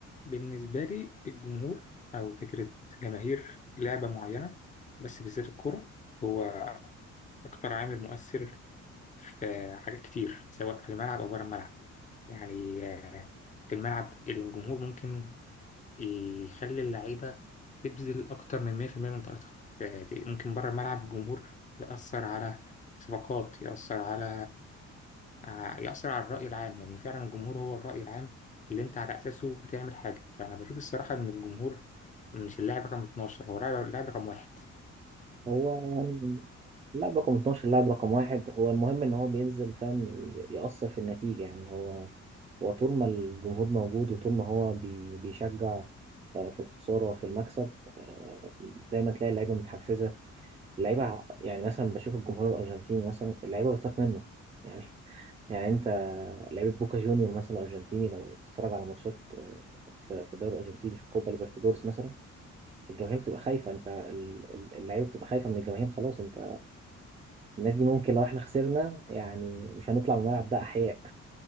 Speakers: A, on the left; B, on the right.
A: بالنسبة لي الجمهور أو فكرة جماهير لعبة معينة بس بالذات الكرة هو أكتر عامل مؤثر في حاجات كتير سواء في الملعب أو بره الملعب يعني آه، في الملعب الجمهور ممكن يخلي اللعيبة تبذل أكتر من 100% من طاقتها ف- ممكن بره الملعب الجمهور يأثر على صفقات يأثر على ع- يأثر على الرأي العام لأن فعلا الجمهور هو الرأي العام اللي أنت على أساسه بتعمل حاجة فأنا بشوف الصراحة إن الجمهور مش اللاعب رقم 12 هو اللاعب اللاعب رقم واحد
B: هو يعني اللاعب رقم 12 اللاعب رقم واحد هو المهم ان هو بينزل فاهم ي- يأثر في النتيجة يعني هو هو طول ما الجمهور موجود وطول ما هو بي بيشجع آه، في الخسارة وفي المكسب آه، دايما تلاقي اللعيبة متحفزة اللعيبة ع- يعني مثلا بشوف الجمهور الأرجنتيني مثلا اللعيبة بتخاف منه يعني <laughs> يعني انت لعيبة بوكا جونيور مثلا الأرجنتيني لو تتفرج على ماتشات آه، في في الدوري الأرجنتيني في الكوبا ليبرتادورس مثلا الجماهير بتبقى خايفة انت ال- ال- اللعيبة بتبقى خايفة من الجماهير خلاص انت الناس دي ممكن لو احنا خسرنا يعني مش هنطلع من الملعب ده احياء